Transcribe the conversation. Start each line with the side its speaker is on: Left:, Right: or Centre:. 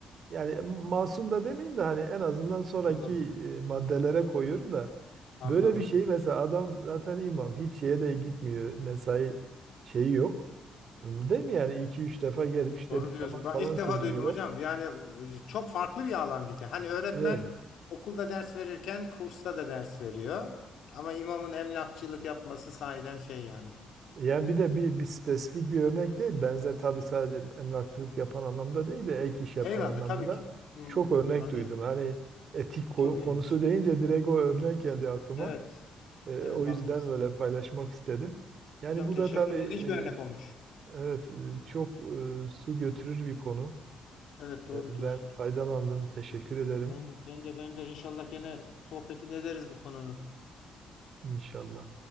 Right: yani masum da demeyeyim de hani en azından sonraki
Left: Anladım.
Right: e, maddelere koyuyorum da
Left: Anladım.
Right: böyle bir şey mesela adam zaten imam hiç şeye de gitmiyor mesai şeyi yok. Değil mi yani iki üç defa gelip işte
Left: Doğru
Right: bir
Left: diyorsun.
Right: namaz
Left: Ben
Right: falan
Left: ilk defa
Right: kıldırıyorlar.
Left: duydum hocam. Yani e, çok farklı bir alan bir de. Hani öğretmen
Right: Evet.
Left: okulda ders verirken kursta da ders veriyor. Ama imamın emlakçılık yapması sahiden şey yani.
Right: Yani bir de bir, bir spesifik bir örnek değil. Benzer tabii sadece emlakçılık yapan anlamda değil de ek iş yapan
Left: Eyvallah
Right: anlamında
Left: tabii ki. Hı,
Right: çok örnek
Left: anladım.
Right: duydum. Hani etik ko-
Left: Çok ilginç.
Right: konusu deyince direkt o örnek geldi aklıma.
Left: Evet.
Right: E,
Left: Evet
Right: o
Left: haklısın.
Right: yüzden böyle paylaşmak istedim. Yani
Left: Hocam
Right: bu
Left: teşekkür
Right: da tabii
Left: ederim. İlginç bir örnek olmuş.
Right: e, evet e, çok e, su götürür bir konu.
Left: Evet doğru
Right: E, ben
Left: diyorsun.
Right: faydalandım. Teşekkür ederim.
Left: Ben, ben de ben de inşallah gene sohbetini ederiz bu konunun.
Right: İnşallah.